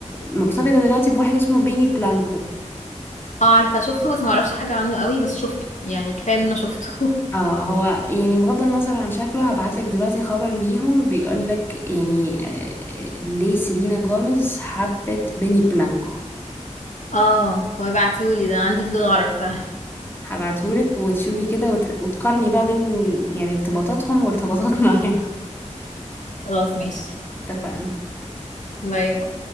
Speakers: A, on the left; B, on the left.
A: مرتبطة دلوقتي بواحد اسمه بيني بلانكو
B: اه عارفة شفته بس ما اعرفش حاجة عنه قوي بس شفته يعني كفاية ان انا شفته <laughs>
A: اه هو يعني بغض النظر عن شكله هبعتلك دلوقتي خبر ليهم بيقولك يعني آه، آه، ليه سيلينا جوميز حبت بيني بلانكو
B: اه هو يبعتيهولي ده عندي فضول اعرف فعلا.
A: هبعتهولك وتشوفي كده وت... وتقارني بقى بين يعني ارتباطاتهم وارتباطاتنا <laughs> هنا
B: <laughs> خلاص ماشي
A: اتفقنا
B: باي